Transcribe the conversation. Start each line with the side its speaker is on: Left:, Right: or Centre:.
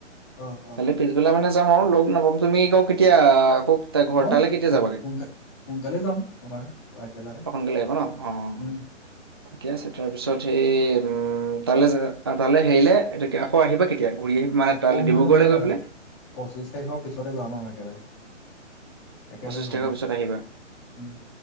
Left: অ অ
Right: তালৈ পিছবেলা মানে যাম আৰু লগ নাপাম তুমি আ কেতিয়া আকৌ ঘৰ
Left: মই
Right: তালৈ
Left: সোনকাল
Right: কেতিয়া যাবাগে?
Left: সোনকালে যাম তোমাৰ। আগবেলাতে
Right: অ', সোনকালে আহিব ন অ'।
Left: উম
Right: ঠিকে আছে তাৰপিছত সেই তালৈ, তালৈ হেৰিলে আকৌ আহিবা কেতিয়া? ঘূৰি আহি মানে
Left: আকৌ
Right: তালৈ ডিব্ৰুগড়লৈ
Left: মই তোমাৰ
Right: গৈ পেলাই
Left: পঁচিশ তাৰিখৰ পিছতে যাম আৰু একেবাৰে। একেবাৰে
Right: পঁচিশ
Left: যাম
Right: তাৰিখৰ
Left: আৰু
Right: পিছত আহিবা
Left: উম,